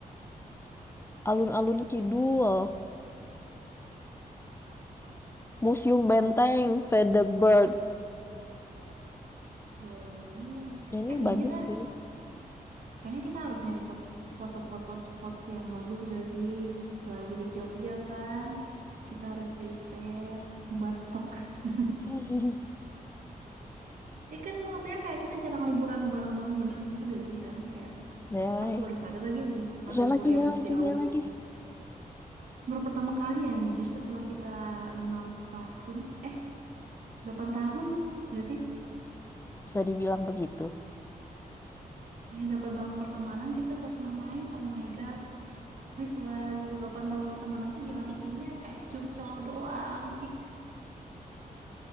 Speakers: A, on the left (about 15°); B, on the right (about 65°).
A: Alun-alun Kidul. Museum Benteng,
B: Kalau
A: Fredeberg.
B: boleh,
A: Ya, ini
B: Eh
A: banyak
B: iya,
A: sih.
B: kayaknya kita harus nyari fot- foto-foto spot yang bagus gak sih? Selagi di Jogja kan, kita harus prepare buat stok. <laughs>
A: <laughs>
B: Ya kan maksudnya kayak kita jarang liburan bareng-bareng bener gak sih Han? Kayak
A: Ya, lagi.
B: aku baru sadar lagi belum pernah
A: ya
B: libur
A: lagi,
B: yang
A: ya lagi,
B: jauh.
A: ya lagi.
B: Baru pertama kali anjir setelah kita enam tahun, eh 8 tahun gak sih?
A: Bisa dibilang begitu.
B: Ya, 8 tahun pertemanan kita nggak pernah main. Oh my God. Please lah, 8 tahun pertemanan tuh jangan isinya kayak curcol doang. <laughs> Fix.